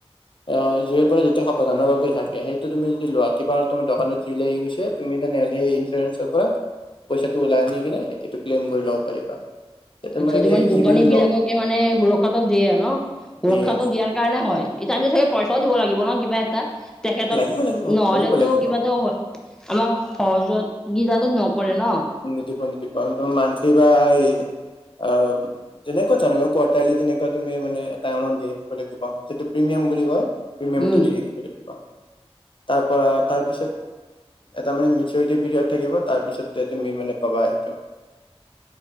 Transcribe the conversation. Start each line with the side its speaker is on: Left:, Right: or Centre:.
Left: অ জুইৰ পৰা যেতিয়া সাৱধানৰ বাবে থাকে সেইটো তুমি যদি লোৱা কিবা তোমাৰ দোকানত জুই লাগি গৈছে। তুমি তেনেহ'লে সেই ইঞ্চুৰেঞ্চৰ পৰা পইচাটো ওলাই আনি কিনে এইটো ক্লেইম কৰি ল'ব পাৰিবা। তে তোমাৰ
Centre: আচ্ছা সেইটো মানে
Left: এই
Centre: দোকানী
Left: যিমান
Centre: বিলাককে
Left: ল
Centre: মানে সুৰক্ষাতটো দিয়ে ন সুৰক্ষাতটো
Left: দিয়ে
Centre: দিয়াৰ কাৰণে হয়। কিজানি জাগে পইচাও দিব লাগিব ন কিবা এটা তেখেতক
Left: লাগিব লাগিব
Centre: নহ'লেতো
Left: লাগিব লাগিব
Centre: কিবা টো। আমাক সহজত সুবিধাটো নকৰে ন।
Left: নিদিব নিদিব একদম মানসি বা এই অ- যেনেকুৱা ধৰণৰ কুৱাটিলী তেনেকা তুমি মানে এটা মান দিয়ে যিটো প্ৰিমিয়াম বুলি কয়। প্ৰিমিয়ামটো
Centre: উম
Left: দিলে কি বুলি ক'বা তাৰ পৰা তাৰপিছত- এটা মানে মেচুৰিটি পিৰিয়ড থাকিব তাৰ পিছত- এতিয়া তুমি মানে পাবা সেইটো।